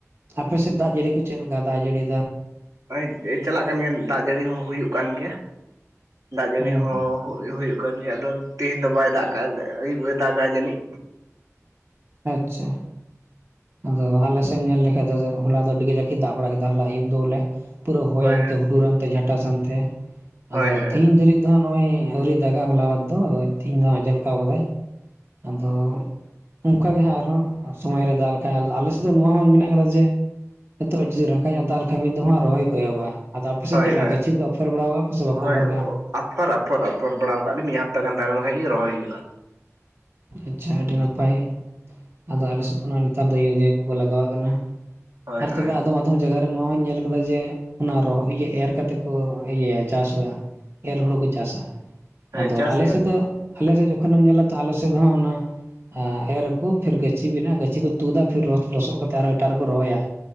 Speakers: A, on the right; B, on the right.
A: ᱟᱯᱮ ᱥᱮᱫ ᱫᱟᱜ ᱡᱟᱹᱲᱤ ᱠᱚ ᱪᱮᱫ ᱞᱮᱠᱟ ᱫᱟᱜ ᱡᱟᱹᱲᱤ
B: ᱟᱨ ᱪᱟᱞᱟᱜ ᱠᱟᱱ ᱜᱮᱭᱟ ᱫᱟᱜ ᱡᱟᱹᱲᱤ ᱦᱚᱸ ᱦᱩᱭᱩᱜ ᱠᱟᱱ ᱜᱮᱭᱟ ᱫᱟᱜ ᱡᱟᱹᱲᱤ
A: ᱦᱮᱸ
B: ᱦᱚᱸ ᱦᱩᱭ ᱫᱚ ᱦᱩᱭᱩᱜ ᱠᱟᱱ ᱜᱮᱭᱟ ᱟᱫᱚ ᱛᱤᱦᱤᱧ ᱫᱚ ᱵᱟᱭ ᱫᱟᱜ ᱠᱟᱫᱟ ᱟᱹᱭᱩᱵ ᱮ ᱫᱟᱜᱼᱟ ᱡᱟᱹᱱᱤᱡ
A: ᱟᱪᱪᱷᱟ ᱟᱫᱚ ᱟᱞᱮ ᱥᱮᱫ ᱮᱢ ᱧᱮᱞ ᱞᱮᱠᱷᱟᱱ ᱫᱚ ᱦᱚᱞᱟ ᱫᱚ ᱟᱹᱰᱤ ᱠᱟᱡᱟᱠ ᱜᱮ ᱫᱟᱜ ᱵᱟᱲᱟ ᱠᱮᱫᱟ ᱦᱚᱞᱟ ᱟᱹᱭᱩᱵ ᱫᱚ ᱵᱚᱞᱮ ᱯᱩᱨᱟᱹ ᱦᱚᱭᱟᱱᱛᱮ
B: ᱦᱳᱭ ᱦᱳᱭ
A: ᱦᱩᱰᱩᱨᱟᱱᱛᱮ ᱡᱷᱟᱴᱟᱥᱟᱱᱛᱮ
B: ᱦᱳᱭ
A: ᱟᱫᱚ
B: ᱦᱳᱭ
A: ᱛᱤᱦᱤᱧ
B: ᱦᱳᱭ
A: ᱫᱷᱟᱹᱨᱤᱡ ᱱᱤᱛ ᱱᱚᱜᱚᱭ ᱟᱹᱣᱨᱤᱭ ᱫᱟᱜᱟ ᱦᱚᱞᱟ ᱢᱟᱫᱷᱮᱨ ᱫᱚ ᱟᱫᱚ ᱛᱮᱦᱤᱧ ᱫᱚ ᱟᱸᱡᱮᱞ ᱟᱠᱟᱣ ᱟᱠᱟᱫᱟᱭ ᱟᱫᱚ <inaudible> <unintelligible> ᱚᱱᱠᱟ ᱜᱮ ᱦᱟᱸᱜ ᱟᱨᱦᱚᱸ ᱥᱚᱢᱚᱭ ᱨᱮ ᱫᱟᱜ ᱞᱮᱠᱷᱟᱡ ᱟᱞᱮᱥᱮᱫ ᱫᱚ ᱱᱚᱣᱟ ᱦᱚᱸ ᱢᱮᱱᱟᱜ ᱟᱠᱟᱫᱟ ᱡᱮ ᱱᱤᱛᱚᱜ ᱡᱩᱫᱤ ᱨᱟᱸᱜᱟᱧ ᱧᱚᱜ ᱫᱟᱜ ᱞᱮᱠᱷᱟᱱ ᱢᱤᱫ ᱫᱚᱢ ᱦᱟᱸ ᱨᱚᱦᱚᱭ ᱠᱚ ᱮᱦᱚᱵᱚᱜᱼᱟ ᱟᱫᱚ ᱟᱯᱮᱥᱮᱫ
B: ᱦᱳᱭ
A: ᱪᱮᱫ
B: ᱦᱳᱭ
A: ᱞᱮᱠᱟ
B: ᱦᱳᱭ
A: ᱜᱟᱪᱷᱤ ᱠᱚ ᱟᱯᱷᱚᱨ ᱵᱟᱲᱟ ᱟᱠᱟᱫᱟ ᱠᱚ ᱥᱮ
B: ᱦᱳᱭ
A: ᱵᱟᱠᱚ ᱟᱯᱷᱚᱨ ᱟᱠᱟᱫᱟ
B: ᱟᱯᱷᱚᱨ ᱟᱯᱷᱚᱨ ᱟᱯᱷᱚᱨ ᱵᱟᱲᱟᱣ ᱠᱟᱜ ᱞᱮ ᱢᱤᱫ ᱦᱟᱯᱛᱟ ᱜᱟᱱ ᱛᱟᱦᱮᱱ ᱞᱮᱱ ᱠᱷᱟᱡ ᱜᱮ ᱨᱚᱦᱚᱭ ᱦᱩᱭᱩᱜᱼᱟ
A: ᱟᱪᱪᱷᱟ
B: ᱦᱩᱸ
A: ᱟᱹᱰᱤ ᱱᱟᱯᱟᱭ ᱟᱫᱚ ᱟᱞᱮ ᱥᱮᱫ ᱫᱚ ᱱᱮᱛᱟᱨ ᱫᱚ ᱤᱭᱩᱨᱤᱭᱟ ᱠᱚᱠᱚ ᱞᱟᱜᱟᱣᱟᱜ ᱠᱟᱱᱟ
B: ᱦᱳᱭ
A: ᱟᱨ
B: ᱦᱳᱭ
A: ᱛᱚᱵᱮ
B: ᱦᱳᱭ
A: ᱟᱫᱚᱢ ᱟᱛ <unintelligible> ᱟᱫᱚᱢ ᱡᱟᱭᱜᱟ ᱨᱮ ᱱᱚᱶᱟ ᱦᱚᱧ ᱧᱮᱞ ᱟᱠᱟᱫᱟ ᱡᱮ ᱚᱱᱟ ᱨᱚᱦᱚᱭ ᱮᱨ ᱠᱟᱛᱮ ᱠᱚ ᱤᱭᱟᱹᱭᱟ ᱪᱟᱥ ᱦᱩᱭᱩᱜᱼᱟ ᱮᱨ ᱦᱩᱲᱩ ᱠᱚ ᱪᱟᱥᱟ
B: ᱦᱮᱸ
A: ᱟᱫᱚ
B: ᱪᱟᱥ
A: ᱟᱞᱮᱥᱮᱫ
B: ᱜᱮᱭᱟ ᱠᱚ
A: ᱫᱚ ᱟᱞᱮᱥᱮᱫ ᱡᱚᱠᱷᱚᱱᱮᱢ ᱧᱮᱞᱟ ᱛᱟᱦᱮᱞᱮ ᱛᱮᱫ ᱦᱟᱸᱜ ᱚᱱᱟ ᱮᱨ ᱟᱠᱚ ᱯᱷᱤᱨ ᱜᱟᱹᱪᱷᱤ ᱵᱮᱱᱟᱜ ᱜᱟᱹᱪᱷᱤ ᱠᱚ ᱛᱩᱫᱟ ᱯᱷᱤᱨ ᱞᱚᱥᱚᱫ ᱠᱟᱛᱮᱸᱫ ᱟᱨᱦᱚᱸ ᱮᱴᱟᱜ ᱨᱮᱠᱚ ᱨᱚᱦᱚᱭᱟ